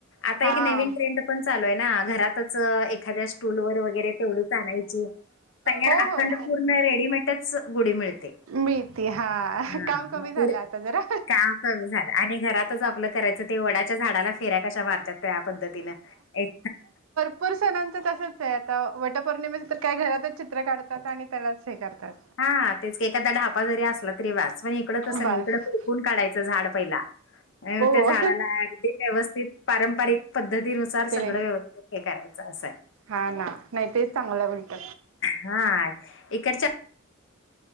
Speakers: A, on the left; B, on the right.
A: आता
B: हा
A: एक नवीन ट्रेंड. पण चालूय ना घरातच एखाद्या स्टूल वर वगैरे तेवढीच आणायची. तयार
B: हो
A: अखंड
B: हो
A: पूर्ण रेडीमेंटच गुढी मिळते.
B: मिळती हा
A: हां
B: काम कमी
A: मग
B: झालं
A: तर
B: आता जरा
A: कामच झाल आणि घरातच आपल करायच. ते वडाच्या झाडाला फिऱ्या कशा मारतात त्या पद्धतीनं एक.
B: पूर सणांचं तसंचे आता. वटपौर्णिमेच तर काय घरातच चित्र काढतात. आणि त्यालाच हे करतात.
A: हा तेच की, एखादा ढापजरी असला तरी वाच. पण इकडं तसं
B: बस
A: नाही. इकडं खुरपून काढायचं झाड पहिला.
B: ओ
A: त्या झाडाला अगदी व्यवस्थित पारंपरिक पद्धतीन नुसार
B: तिने
A: सगळ व्यवस्थित हे करायचं असंय.
B: हा ना नाही तेच चांगलं उलट
A: हा इकडच्या